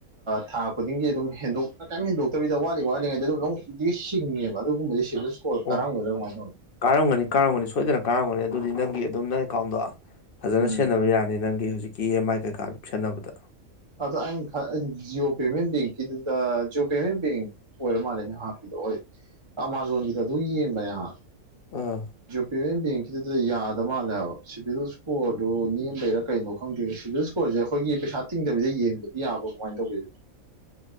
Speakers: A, on the right; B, on the left.
A: ꯊꯥ ꯈꯨꯗꯤꯡꯒꯤ ꯑꯗꯨꯝ ꯍꯦꯟꯗꯣꯛ ꯀꯩꯝ ꯍꯦꯟꯗꯣꯛꯇꯕꯤꯗ ꯋꯥꯠꯂꯤꯉꯩ ꯋꯥꯠꯂꯤꯉꯩꯗ ꯢꯁ ꯁꯤꯡꯉꯦꯕ ꯑꯗꯨꯒꯨꯝꯕꯗꯤ ꯁꯤꯚꯤꯜ ꯁꯀꯣꯔ
B: ꯑꯣ
A: ꯀꯔꯝꯒꯗꯥ ꯀꯃꯥꯏꯅ ꯇꯧꯅꯤ
B: ꯀꯥꯔꯝꯒꯅꯤ ꯀꯥꯔꯝꯒꯅꯤ ꯁꯣꯏꯗꯅ ꯀꯥꯔꯝꯒꯅꯤ ꯑꯗꯨꯗꯤ ꯅꯪꯒꯤ ꯑꯗꯨꯝ ꯅꯪ ꯑꯦꯀꯥꯎꯟꯗꯣ ꯐꯖꯅ
A: ꯎꯝ
B: ꯁꯦꯟꯅꯕ ꯌꯥꯅꯤ ꯅꯪꯒꯤ ꯍꯧꯖꯤꯛꯀꯤ ꯏ ꯑꯦꯝ ꯑꯥꯏ ꯀꯩꯀꯥ ꯁꯦꯟꯅꯕꯗ
A: ꯑ ꯗ ꯑꯩ ꯖꯤꯑꯣ ꯄꯦꯃꯦꯟ ꯕꯦꯡꯀꯤꯗ ꯖꯤꯑꯣ ꯄꯦꯃꯦꯟ ꯕꯦꯡ ꯑꯣꯏꯔ ꯃꯥꯜꯂꯦꯅꯦ ꯍꯥꯞꯄꯤꯗꯣ ꯍꯣꯢ ꯑꯃꯥꯃꯥꯖꯣꯟꯒꯤꯗ ꯑꯗꯨꯝ ꯌꯦꯡꯕꯅꯤ ꯍꯥ
B: ꯑꯥ
A: ꯄꯦꯃꯦꯟ ꯕꯦꯡꯀꯤꯗꯨꯗ ꯌꯥꯗ ꯃꯥꯜꯂꯦꯕ ꯁꯤꯚꯤꯜ ꯏꯁ꯭ꯀꯣꯔꯗꯨ ꯅꯦꯝꯕꯩꯔꯥ ꯀꯩꯅꯣ ꯈꯪꯗꯦ ꯁꯤꯚꯤꯜ ꯏꯁꯀꯣꯔꯁꯦ ꯑꯈꯣꯏꯒꯤ ꯄꯩꯁꯥ ꯇꯤꯡꯗꯕꯤꯗ ꯌꯦꯡꯕꯗꯤ ꯌꯥꯕ꯭ꯔꯣ ꯀꯃꯥꯏꯅ ꯇꯧꯒꯦ